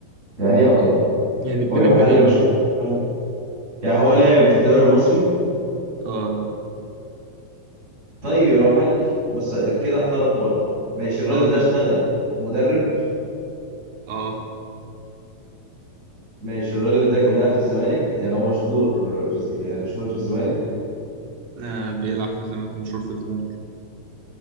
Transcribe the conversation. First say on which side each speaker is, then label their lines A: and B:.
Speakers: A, on the right; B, on the right.
A: يعني ايه يعتبر
B: يعني بين
A: هو يا
B: البنين
A: محلي يا مش محلي يعني هو لاعب في الدوري المصري
B: اه
A: طيب يبقى محلي بس كده احترف بره ماشي الراجل
B: اه لا
A: ده اشتغل مدرب
B: اه
A: ماشي الراجل ده كان بيلعب في الزمالك يعني هو مشهور في الز- يعني شهرته في الزمالك
B: آه، بيلعب في الزمالك ومشهور في الزمالك